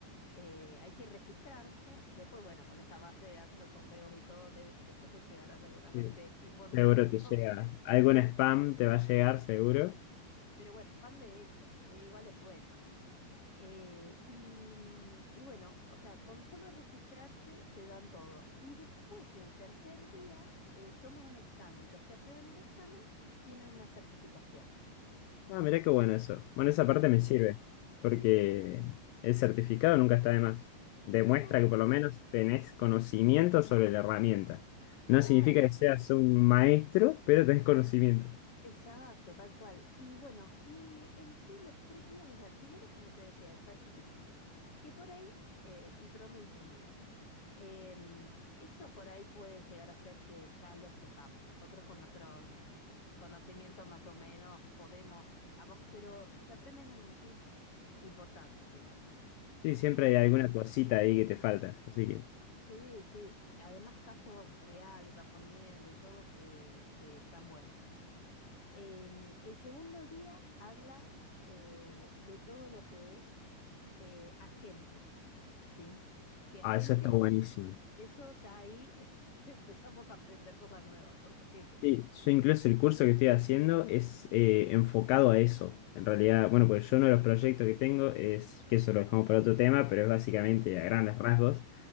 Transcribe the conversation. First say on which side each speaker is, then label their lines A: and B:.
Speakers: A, on the left (about 35°); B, on the left (about 85°).
A: Eh, hay que registrarse. Después, bueno, con esa base de datos de correos y todo, debe- después te llegará seguramente
B: Sí.
A: <laughs> información.
B: Seguro te llega. Algún spam te va a llegar, seguro.
A: Pero bueno, es pan de ellos, que igual es bueno, ¿no? Eh, y, mm, y bueno, o sea, con solo registrarse te dan todo. Y después del tercer día, eh, toma un examen. Los que aprueben el examen tienen una certificación.
B: Ah, mirá qué bueno eso. Bueno, esa
A: Así
B: parte me
A: que,
B: sirve, porque
A: sí,
B: el certificado nunca está de más. Demuestra
A: no,
B: que por lo menos tenés conocimiento sobre la herramienta.
A: claro.
B: No significa que seas un maestro, pero tenés conocimiento.
A: Exacto, tal cual. Y bueno, y en sí los tres días, o sea, el primero es como te decía, de ChatGPT, que por ahí, eh, y Prompt Engineer, em, eso por ahí puede llegar a ser que ya lo sepamos. Nosotros con nuestro mm, conocimiento más o menos podemos, avan- pero se aprenden tips importantes igual.
B: Sí, siempre
A: El s-
B: hay alguna cosita ahí que te falta. Así que,
A: sí, sí, además casos reales va poniendo y todo que, que están buenos. Em, el segundo día habla eh, de todo lo que es eh, agentes, ¿sí? Que agentes,
B: ah, eso está buenísimo.
A: eso ya ahí <laughs> empezamos a aprender cosas nuevas, porque...
B: Sí, yo incluso el curso que estoy haciendo es eh, enfocado a eso. En realidad, bueno, pues yo uno de los proyectos que tengo es, que eso lo dejamos para otro tema, pero es básicamente
A: Sí,
B: a grandes rasgos,